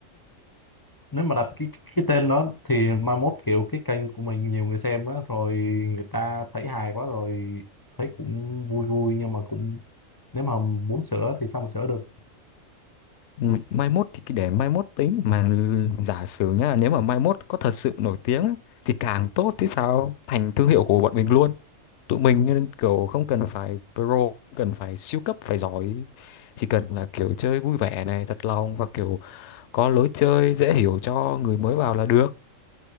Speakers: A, on the left (about 30°); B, on the left (about 65°).
A: nếu mà đặt cái cái tên đó thì mai mốt kiểu cái kênh của mình nhiều người xem á rồi người ta thấy hài quá rồi thấy cũng vui vui nhưng mà cũng nếu mà muốn sửa thì sao mà sửa được
B: Ừ, mai mốt thì cứ để mai mốt tính mà giả sử nhá nếu mà mai mốt có thật sự nổi tiếng á, thì càng tốt chứ sao thành thương hiệu của bọn mình luôn tụi mình nên kiểu không cần phải pro không cần phải siêu cấp phải giỏi chỉ cần là kiểu chơi vui vẻ này thật lòng và kiểu có lối chơi dễ hiểu cho người mới vào là được